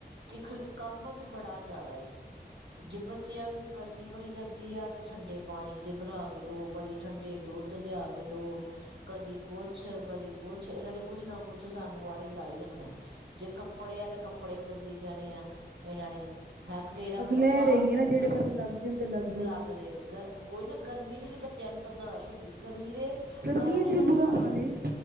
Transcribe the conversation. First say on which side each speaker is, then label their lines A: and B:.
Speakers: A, on the right; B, on the right.
A: ਕਿ ਕੰਮ ਵੀ ਬੜਾ ਜ਼ਿਆਦਾ ਏ ਜੇ ਬੱਚਿਆਂ ਨੂੰ। ਗਰਮੀ ਬੜੀ ਲੱਗਦੀ ਆ ਅਤੇ ਠੰਡੇ ਪਾਣੀ ਬਣਾ ਕੇ ਦਿਉ ਕਦੀ ਠੰਡੇ ਦੁੱਧ ਲਿਆ ਕੇ ਦਿਉ। ਕਦੀ ਕੁਛ ਕਦੀ ਕੁਛ ਇਹਨਾਂ ਨੇ ਕੁਛ ਨਾ ਕੁਛ ਸਾਨੂੰ ਆਰੇ ਲਾ ਹੀ ਰੱਖਣਾ। ਜੇ ਕੱਪੜੇ ਆ ਤੇ ਕੱਪੜੇ ਬਦਲੀ ਜਾਣੇ ਆ ਇਹਨਾਂ ਨੇ। ਹੈ ਖਲੇਰਾ
B: ਬਸ
A: ਮਤਲਬ
B: ਲਹਿਰ
A: ਪਾ
B: ਹੈਗੀ ਏ ਨਾ ਜਿਹੜੇ ਪਾਸੇ ਲੱਗ ਜਾਣ ਤੇ ਜਾਣ।
A: ਲੱਗ। ਉਹਈ ਨਾ ਗਰਮੀ ਵੀ ਬਚਿਆ ਨੂੰ ਬਰਦਾਸ਼ਤ ਹੁੰਦੀ ਗਰਮੀ ਦੇ। ਕਾਰਨ
B: <unintelligible>
A: ਇਹਨਾਂ ਨੇ
B: ਬੁਰਾ
A: ਸਾਨੂੰ
B: ਹਾਲ ਏ।